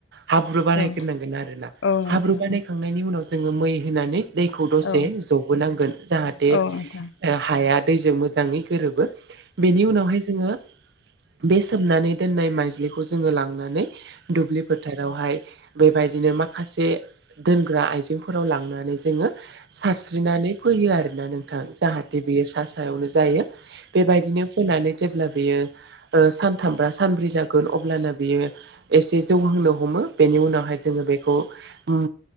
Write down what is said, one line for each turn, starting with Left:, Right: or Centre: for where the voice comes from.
Right: हाब्रु बानायग्रोनांगोन
Left: औ
Right: आरोना
Left: औ नोंथां
Right: हाब्रु बानायखांनायनि उनाव जोङो मै होनानै दैखौ दसे
Left: औ नोंथां औ
Right: जबोनांगोन जाहाथे
Left: ओं ओं औ औ
Right: हाया दैजों मोजाङै गोरोबो बेनि उनावहाय जोङो बे सोमनानै दोननाय माइज्लिखौ जोङो लांनानै दुब्लिफोर फोथारावहाय बेबायदिनो माखासे दोनग्रा आइजेंफोराव लांनानै जोङो सारस्रिनानै फैयो आरोना नोंथां जाहाथे बेयो सा सायावनो जायो। बेबायदिनो फोनानै जेब्ला बेयो ओ सान थामब्रा सानब्रै जागोन अब्लानो बियो एसे जौहांनो हमो बेनि उनावहाय जोङो बेखौ उम